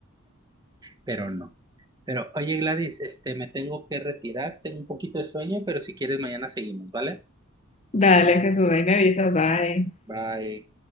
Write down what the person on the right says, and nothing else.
pero no. Pero oye Gladys, este, me tengo que retirar, tengo un poquito de sueño, pero si quieres mañana seguimos, ¿vale?
Bye.